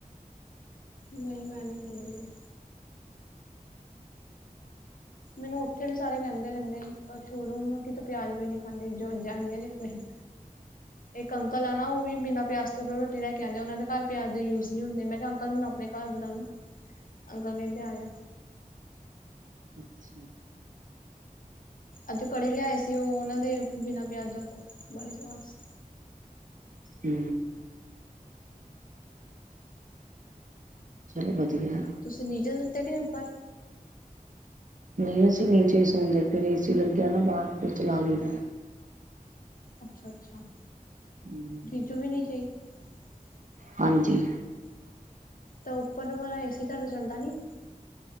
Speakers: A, on the left; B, on the right.
A: ਨਹੀਂ ਮੈਂ ਨੀ ਖਾਂਦੀ। ਮੈਨੂੰ ਉੱਥੇ ਵੀ ਸਾਰੇ ਕਹਿੰਦੇ ਰਹਿੰਦੇ ਹੀ ਸ਼ੋਰੂਮ, ਕਿ ਤੂੰ ਪਿਆਜ ਕਿਉ ਨੀ ਖਾਂਦੀ ਜੈਨੀ ਹੋ ਤੁਸੀਂ?
B: <inaudible>
A: ਇੱਕ ਅੰਕਲ ਆ ਨਾ ਉਹ ਵੀ ਬਿਨਾਂ ਪਿਆਜ ਤੋਂ ਘਰੋਂ ਰੋਟੀ ਲੈ ਕੇ ਆਂਦੇ ਆ, ਉਹਨਾਂ ਦੇ ਘਰ ਪਿਆਜ ਯੂਜ ਨਹੀਂ ਹੁੰਦੇ ਮੈਂ ਕਿਹਾ ਅੰਕਲ ਮੈਨੂੰ ਆਪਣੇ ਘਰ ਬੁਲਾ ਲੋ, ਅੰਕਲ ਕਹਿੰਦੇ ਆਜਾ।
B: ਅੱਛਾ।
A: ਅੱਜ ਕੜੀ ਲਿਆਏ ਸੀ, ਉਹ ਉਹਨਾਂ ਦੇ ਬਿਨਾਂ ਪਿਆਜਾਂ ਤੋਂ ਬੜੀ ਸਵਾਦ ਸੀ।
B: ਹੂ। ਚਲੋ ਵਧੀਆ।
A: ਤੁਸੀਂ ਨੀਚੇ ਸੁੱਤੇ ਕਿ ਉੱਪਰ?
B: ਨਹੀਂ ਅਸੀਂ ਨੀਚੇ ਹੀ ਸੌਦੇ, ਫਿਰ ਏ ਸੀ ਲੱਗਿਆ ਨਾ ਬਾਹਰ ਫੇਰ ਚਲਾ ਲਈਦਾ।
A: ਅਛਾ- ਅਛਾ-
B: ਹੂੰ।
A: ਜੀਜੂ ਵੀ ਨਹੀ ਚਾਹੀ <unintelligible>
B: ਹਾਂਜੀ
A: ਤਾਂ ਉਪਰ ਵਾਲਾ ਏ ਸੀ ਤੁਹਾਡਾ ਚੱਲਦਾ ਨੀ